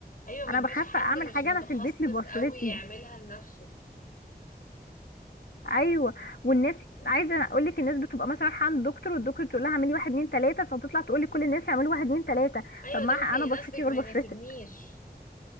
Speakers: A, on the left; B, on the left.
A: أيوة ما
B: انا
A: ينفعش
B: بخاف
A: حد
B: اعمل
A: مش
B: حاجة
A: متخصص
B: انا في البيت لبشرتي
A: قوي يعملها لنفسه
B: ايوه والناس عايزه اقول لك الناس بتبقى مثلا رايحه عند دكتور والدكتور تقول لها اعملي واحد اتنين تلاته فتطلع تقول لي كل الناس يعملوا واحد اتنين تلاته
A: أيوة
B: طب ما
A: ده
B: انا
A: ممكن يناسبك
B: بشرتي غير
A: ما
B: بشرتك
A: يناسبنيش